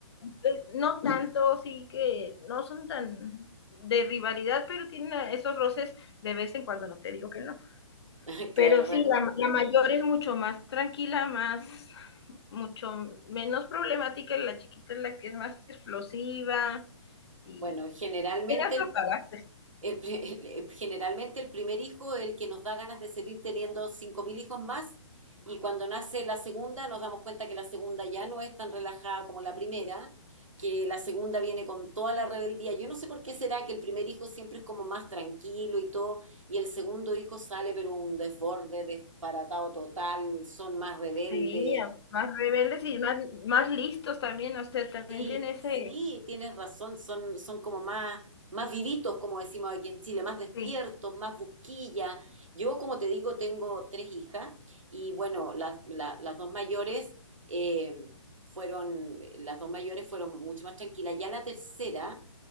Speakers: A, on the left (about 55°); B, on the right (about 80°).
A: eh, no tanto, sí que no son tan de rivalidad, pero tienen esos roces de vez en cuando, no te digo que no.
B: <laughs> claro,
A: Pero sí,
B: bueno.
A: la, la mayor es mucho más tranquila, más, mucho menos problemática, y la chiquita es la que es más explosiva y
B: Bueno, generalmente
A: tiene otro
B: el,
A: carácter,
B: el pri- <laughs> el- generalmente el primer hijo es el que nos da ganas de seguir teniendo 5.000 hijos más y cuando nace la segunda nos damos cuenta que la segunda ya no es tan relajada como la primera, que la segunda viene con toda la rebeldía. Yo no sé por qué será que el primer hijo siempre es como más tranquilo y todo y el segundo hijo sale pero un desborde, desparatado total, son más rebeldes
A: sí, más rebeldes y más, más listos también, o sea, también
B: Sí,
A: tiene ese,
B: sí, tienes razón, son, son como más, más vivitos, como decimos aquí en Chile, más despiertos,
A: sí,
B: más busquilla. Yo, como te digo, tengo tres hijas y bueno, las, la- las dos mayores eh, fueron, las dos mayores fueron mucho más tranquilas. Ya la tercera